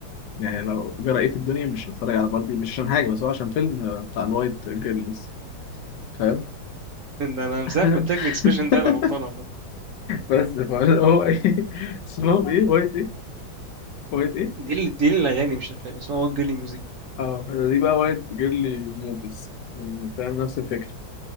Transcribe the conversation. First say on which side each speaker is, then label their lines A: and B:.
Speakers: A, on the left; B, on the right.
A: يعني لو جرى ايه في الدنيا مش هتفرج على باربي مش عشان حاجة بس هو عشان فيلم آه، بتاع الوايت جيرلز فاهم
B: ده انا من
A: <laughs>
B: ساعه ما قلت لك الاكسبريشن ده انا غلطان عامه
A: بس فانا هو ايه <laughs> اسمهم ايه وايت ايه وايت ايه
B: دي اللي دي اللي الاغاني مش الافلام اسمها وات جيرلي ميوزك
A: اه دي بقى وايت جيرلي موفيز يعني فاهم نفس الفكره